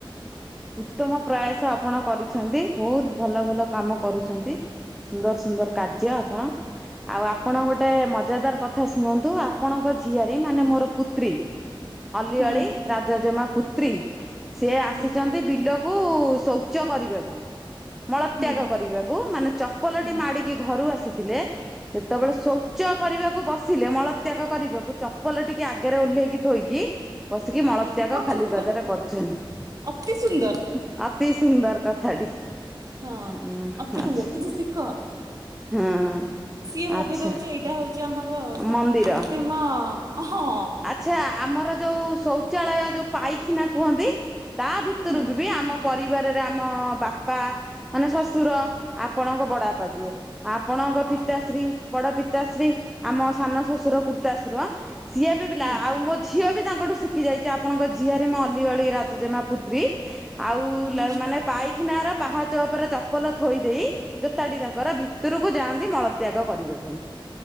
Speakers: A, in the centre; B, on the right.
A: ଉତ୍ତମ ପ୍ରୟାସ ଆପଣ କରିଛନ୍ତି ବହୁତ ଭଲ ଭଲ କାମ କରୁଛନ୍ତି। ସୁନ୍ଦର ସୁନ୍ଦର କାର୍ଯ୍ୟ ଆପଣ ଆଉ ଆପଣ ଗୋଟେ ମଜାଦାର କଥା ଶୁଣନ୍ତୁ ଆପଣଙ୍କ ଝିଆରୀ ମାନେ ମୋର ପୁତ୍ରୀ ଅଲିଅଳି
B: ହୁଁ
A: ରାଜଜେମା ପୁତ୍ରୀ ସିଏ ଆସିଛନ୍ତି।
B: ହୁଁ
A: ବିଲକୁ ଶୌଚ କରିବାକୁ ମଳତ୍ୟାଗ
B: ହୁଁ
A: କରିବାକୁ ମାନେ ଚ ପଲଟି
B: ହୁଁ
A: ମାଡ଼ିକି ଘରୁ ଆସିଥିଲେ। ଯେତେବେଳେ ଶୌଚ କରିବାକୁ ବସିଲେ ମଳତ୍ୟାଗ କରିବାକୁ ଚପଲ ଟିକେ ଆଗରେ ଓହ୍ଲେଇକି ଥୋଇକି ବସିକି ମଳତ୍ୟାଗ
B: ହୁଁ ପଦାକୁ
A: ଖାଲି
B: ଗ
A: ପଦରେ କରୁଛନ୍ତି।
B: ଅତି ସୁନ୍ଦର
A: ଅତି ସୁନ୍ଦର କଥାଟି।
B: ହଁ
A: ହଁ
B: ଅତି
A: ଆଚ୍ଛା
B: ସୁନ୍ଦର କିଛି ସିଖ।
A: ହଁ
B: ସିଏ ଭାବି
A: ଆଚ୍ଛା
B: ଦଉଛି ଏଇଟା ହଉଛି ଆମର
A: ମନ୍ଦିର
B: କୃତ୍ରିମ ହଁ।
A: ଆଚ୍ଛା ଆମର ଯୋଉ ଶୌଚାଳୟ ଯୋଉ ପାଇଖାନା କୁହନ୍ତି। ତା ଭିତରକୁ
B: ହୁଁ
A: ବି ଆମ ପରିବାରରେ ଆମ ବାପା ମାନେ ଶ୍ୱଶୁର ଆପଣଙ୍କ ବଡାପା ଯିଏ। ଆପଣଙ୍କ
B: ହଁ
A: ପିତାଶ୍ରୀ ବଡ ପିତାଶ୍ରୀ ଆମ ସାନ ଶ୍ୱଶୁର କୁର୍ତ୍ତାଶୁର ସିଏ ବି
B: ହୁଁ
A: ପିଲା ଆଉ ମୋ ଝିଅ ବି ତାଙ୍କଠୁ ଶିଖି ଯାଇଛି। ଆପଣଙ୍କ ଝିଅରି ମୋ ଅଲି ଅଳି ରାଜଜେମା ପୁତ୍ରୀ ଆଉ
B: ହୁଁ
A: ମାନେ ପାଇଖାନାର ପାହାଚ ଉପରେ ଚପଲ ଥୋଇ ଦେଇ ଜୋତାଟି ତାଙ୍କର ଭିତରକୁ ଯାଆନ୍ତି ମଳତ୍ୟାଗ କରିବା ପାଇଁ।